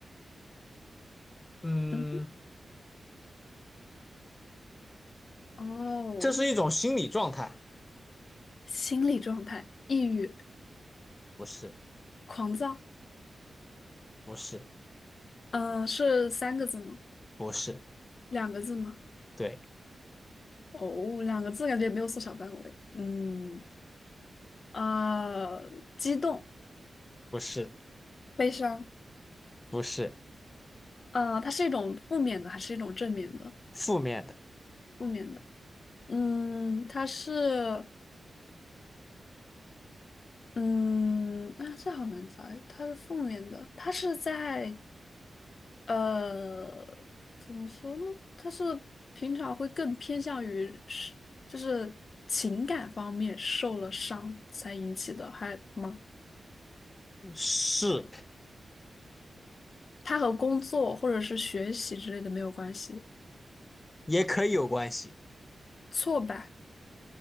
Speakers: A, on the left; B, on the left.
A: 嗯，
B: 嗯，哦，
A: 这是一种心理状态，
B: 心理状态，抑郁、
A: 不是，
B: 狂躁，
A: 不是，
B: 嗯、是三个字吗？
A: 不是，
B: 两个字吗？
A: 对，
B: 哦，两个字感觉也没有缩小范围。嗯，呃，激动、
A: 不是，
B: 悲伤，
A: 不是，
B: 呃，它是一种负面的还是一种正面的？
A: 负面的，
B: 负面的，嗯，它是，嗯，啊，这好难猜，它是负面的，它是在，呃，怎么说呢？它是平常会更偏向于是，就是情感方面受了伤才引起的还吗？
A: 是，
B: 它和工作或者是学习之类的没有关系。
A: 也可以有关系，
B: 挫败，